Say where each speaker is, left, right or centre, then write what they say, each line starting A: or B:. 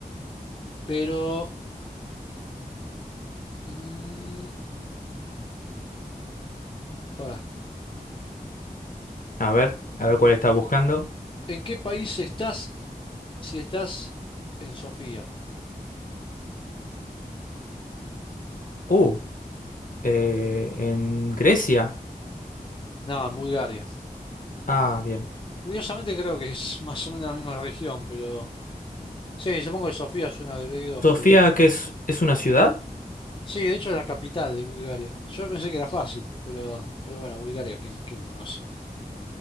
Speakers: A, on the left; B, on the left.
A: pero. mm, ahora,
B: A ver, a ver cuál estás buscando.
A: ¿en qué país estás si estás en Sofía?
B: Uh, eh, en Grecia.
A: No, en Bulgaria.
B: Ah, bien.
A: Curiosamente creo que es más o menos la misma región, pero sí, supongo que Sofía suena al griego por
B: ¿Sofía,
A: eso.
B: que es, es una ciudad?
A: Sí, de hecho es la capital de Bulgaria. Yo pensé que era fácil, pero, pero bueno, Bulgaria, ¿quién, quién lo conoce?